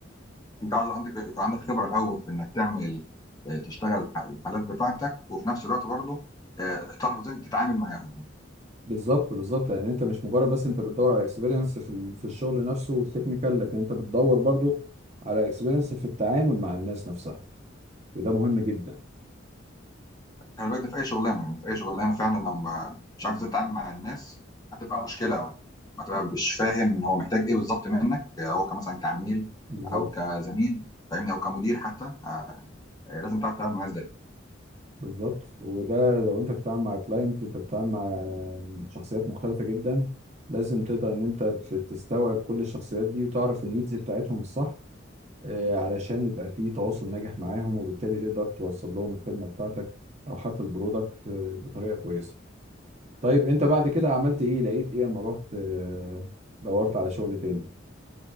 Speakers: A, on the left; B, on the right.
A: انت عاوز عندك يكون عندك خبره الاول في انك تعمل آه، تشتغل الح- الحالات بتاعتك وفي نفس الوقت برضه آه، تعرف ازاي تتعامل معاهم يعني
B: بالظبط بالظبط يعني انت مش مجرد بس انت بتدور على اكسبيرينس في ال- في الشغل نفسه والتكنيكال لكن انت بتدور برضو على اكسبيرينس في التعامل مع الناس نفسها وده مهم جدا
A: خلي بالك ده في اي شغلانه يعني في اي شغلانه فعلا لو ما مش عارف ازاي تتعامل مع الناس هتبقى مشكله أوي هتبقى مش فاهم ان هو محتاج ايه بالظبط منك هو كمثلا كعميل
B: بالظبط
A: او كزميل فاهمني او كمدير حتى آه، آه، لازم تعرف تتعامل مع الناس ازاي
B: بالظبط وده لو انت بتتعامل مع كلاينت انت بتتعامل مع شخصيات مختلفة جدا لازم تقدر ان انت ت- تستوعب كل الشخصيات دي وتعرف النيدز بتاعتهم الصح آه، علشان يبقى في تواصل ناجح معاهم وبالتالي تقدر توصل لهم الخدمة بتاعتك او حتى البرودكت آه، بطريقة كويسة طيب انت بعد كده عملت ايه لقيت ايه اما رحت آه، دورت على شغل تاني